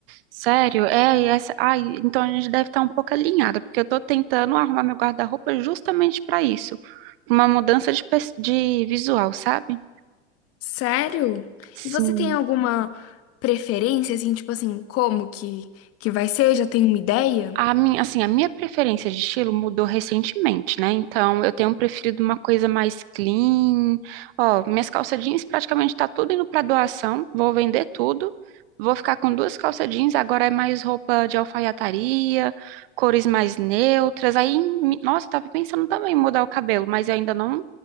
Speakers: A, on the right; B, on the left.
A: Sério? É, e essa, ai, então a gente deve estar um pouco alinhada, porque eu tô tentando arrumar meu guarda-roupa justamente pra isso, uma mudança de, pers- de visual, sabe?
B: Sério?
A: Sim.
B: E você tem alguma preferência, assim, tipo assim, como que, que vai ser? Já tem uma ideia?
A: A minha, assim, a minha preferência de estilo mudou recentemente, né? Então, eu tenho preferido uma coisa mais clean. Ó, minhas calça jeans praticamente tá tudo indo para doação. Vou vender tudo. Vou ficar com duas calça jeans, agora é mais roupa de alfaiataria, cores mais neutras. Aí, mi- nossa, eu tava pensando também em mudar o cabelo, mas eu ainda não